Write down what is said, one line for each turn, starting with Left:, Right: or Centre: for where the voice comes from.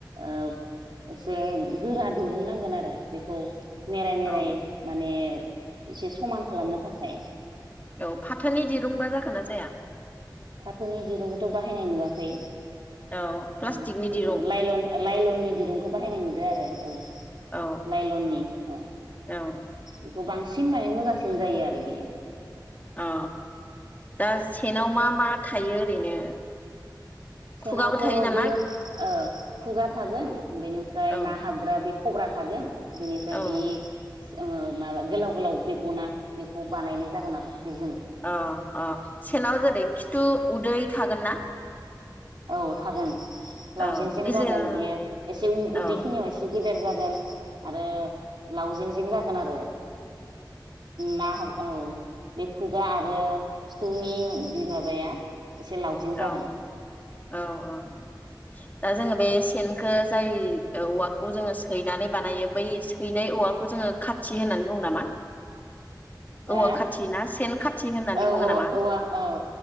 Right: ओ एसे गोरा दुरुंनांगोन आरो बेखौ मेराइ मेराय
Left: औ
Right: माने एसे समान खालामनो थाखाय।
Left: औ फाथोनि दिरुंबा जागोन ना जाया?
Right: फाथोनि दिरुंखौथ' बाहायनाय नुवाखै।
Left: औ प्लास्टिकनि
Right: ओ
Left: दिरुं
Right: ओ लाइलन लाइलननि दिरुंखौ बाहायनाय नु यो आरो औ
Left: औ
Right: लाइलननि औ
Left: औ
Right: बेखौ बां सिन माने मोजांसिन जायो आरो बियो।
Left: औ दा सेनाव मा मा थायो ओरैनो खुगाबो
Right: सेनावथ'
Left: थायो नामा
Right: बे ओ खुगा थागोन बेनिफ्राय
Left: औ
Right: ना हाबग्रा बे खब्रा थागोन बिनिफ्राय
Left: औ
Right: बि सोङो माबा गोलाव गोलाव बेगना बेखौ बानायनाय जागोन आरो। बेजों
Left: औ औ सेनाव जेरै खिथु उदै थागोन ना?
Right: औ थागोन
Left: औ
Right: लावजें जें
Left: गेजेर
Right: जागोन बियो
Left: औ
Right: एसे उदैखिनियाव
Left: औ
Right: एसे गे गेदेर जागोन आरो लावजें जें जागोन आरो। ना हौ औ बे खुगा आरो खिथौनि बि माबाया एसे लावजें
Left: औ
Right: जागोन।
Left: औ औ। दा जोङो बे सेनखो जाय औवाखौ जोङो सैनानै बानायो बै सैनाय औवाखौ जोंङो खाथि होननानै बुङो नामा।
Right: हो
Left: औवा खाथि ना सेन खाथि होननानै
Right: औ
Left: बुङो नामा
Right: औ औ